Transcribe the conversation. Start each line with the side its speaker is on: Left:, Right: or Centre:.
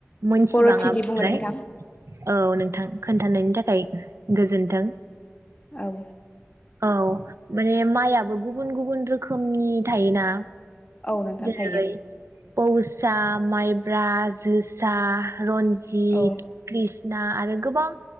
Right: मोनथिबांङा
Left: बर' थिलि
Right: बांद्राय
Left: बुङो नोंथां
Right: औ नोंथां खोनथा होननायनि थाखाय गोजोन्थों।
Left: औ
Right: औ माने माया गुबुन गुबुन रोखोमनि थायोना
Left: औ नोंथां
Right: जेरै
Left: थायो
Right: पौसा माइ ब्रा जोसा रन्जित,
Left: औ
Right: कृष्णा आरो गोबां